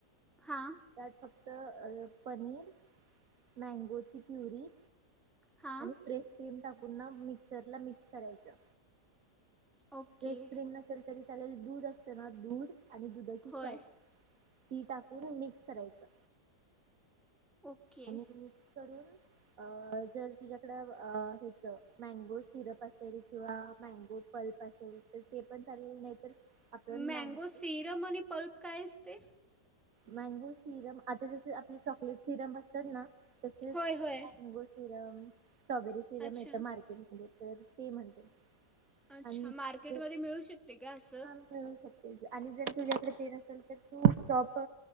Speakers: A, in the centre; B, on the right.
A: हां
B: त्यात फक्त अ पनीर मॅगोची प्युरी
A: हां
B: आणि फ्रेश क्रीम टाकून ना मिक्सरला मिक्स करायचं
A: ओके
B: फ्रेश क्रीम नसेल तरी दूध असते ना दूध आणि दुधाची
A: होय
B: साय ती टाकून मिक्स करायचं
A: ओके
B: आणि मिक्स करून अ जर तुझ्याकड अ ह्याच मॅगो सिरप असेल किंवा मँगो पल्प असेल तर ते पण चालेलं नाही तर आपण
A: मॅगो
B: मँगो
A: सिरम आणि पल्प काय असते.
B: मॅगो सिरम आता जस आपले चॉकलेट सिरम असतात ना तसेच
A: होय होय
B: मँगो सिरम स्ट्रॉबेरी सिरम
A: अच्छा
B: येत मार्केटमध्ये तर ते म्हणते
A: अच्छा
B: आणि
A: मार्केटमध्ये
B: जर
A: मिळू शकते काय असं
B: हा मिळू शकते आणि जर तुझ्याकडे ते नसेल तर तू चॉक चोप